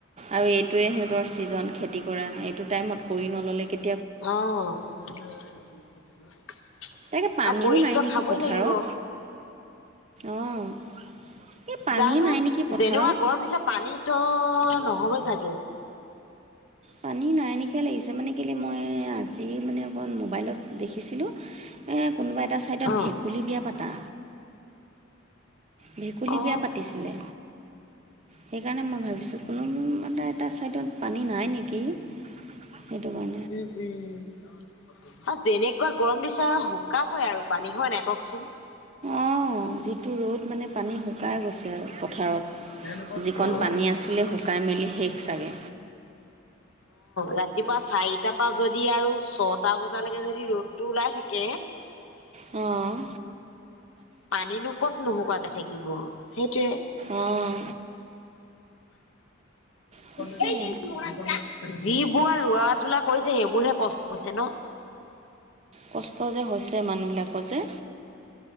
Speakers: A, on the right; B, on the left.
A: আৰু এইটোৱে সিহঁতৰ ছিজন খেতি কৰা এইটো টাইমত কৰি নল'লে কে
B: অ', আৰু
A: তাকে পানীও
B: কৰিতো
A: নাই
B: ত'
A: নেকি
B: খাবই
A: পথাৰত?
B: লাগিব।
A: অঁ এই পানী
B: জানো
A: নাই নেকি পথাৰত?
B: যেনেকুৱা গৰম দিছে পানীতো নহবই চাগে।
A: পানী নাই নি কিয়া লাগিছে মানে কেলৈ মই আজি মানে অকণ মোবাইলত দেখিছিলোঁ এই কোনোবা এটা ছাইডত
B: অ
A: ভেকুলী বিয়া পাতা। ভেকুলী
B: অ
A: বিয়া পাতিছিলে সেইকাৰণে মই ভাবিছোঁ কোনো মো মানে এটা ছাইডত পানী নাই নেকি, সেইটো কাৰণে।
B: উম, উম, আৰু যেনেকুৱা গৰম বিচাৰে শুকাবই আৰু পানী হয় নাই কওকচোন?
A: অঁ যিটো ৰ'দ মানে পানী সুকাই গৈছে আৰু পথাৰত।
B: অ',
A: যিকণ
B: অ',
A: পানী আছিলে শুকাই মেলি শেষ চাগে
B: ৰাতিপুৱা চাৰিটাৰ পৰা যদি আৰু ছটা বজালৈকে যদি ৰ'দটো ওলাই থাকে
A: অ',
B: পানীনো কত নোশুৱাকে থাকিব সেইটোৱে।
A: অঁ সেইটোৱে
B: সেই এই ল'ৰাকেইটা যি বোৱা ৰুৱা তোলা কৰিছে সেইবোৰহে কষ্ট হৈছে ন।
A: কষ্ট যে হৈছে মানুহবিলাকৰ যে।